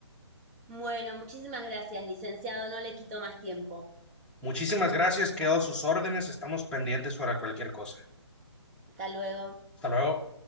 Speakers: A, on the right; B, in the centre.
A: Bueno, muchísimas gracias, licenciado. No le quito más tiempo.
B: Muchísimas gracias, quedo a sus órdenes, estamos pendientes para cualquier cosa.
A: Hasta luego.
B: Hasta luego.